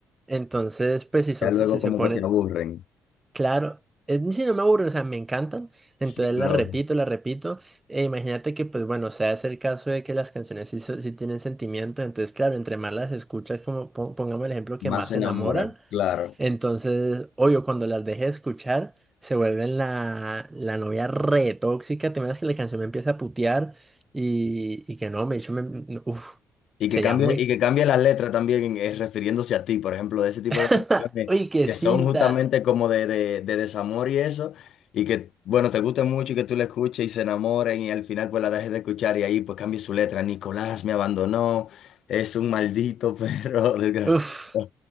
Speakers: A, on the right; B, on the left.
A: Entonces, pues si son,
B: Ya luego
A: si se
B: como
A: pone,
B: que te aburren.
A: claro, es, si no me aburren, o sea, me encantan, entonces
B: Sí, pero
A: las repito, las repito, e imagínate que, pues bueno, sea es el caso de que las canciones sí, so- sí tienen sentimiento, entonces, claro, entre más las escuchas, como po- pongamos el ejemplo, que
B: más
A: más
B: se
A: se
B: enamora,
A: enamoran,
B: claro.
A: Entonces, obvio, cuando las deje de escuchar, se vuelven la, la novia re tóxica. Te imaginas que la canción me empieza a putear y, y que no, me dicho, me, no, uf,
B: Y
A: sería
B: que cambie,
A: muy.
B: y que cambie la letra también eh, refiriéndose a ti, por ejemplo, de ese tipo
A: <laughs>
B: de canciones
A: Uy, qué
B: que
A: cinta.
B: son justamente como de, de, de desamor y eso, y que, bueno, te guste mucho y que tú la escuches y se enamoren y al final pues la dejes de escuchar y ahí pues cambie su letra. Nicolás me abandonó, es un maldito perro <laughs> desgraciado.
A: Uf.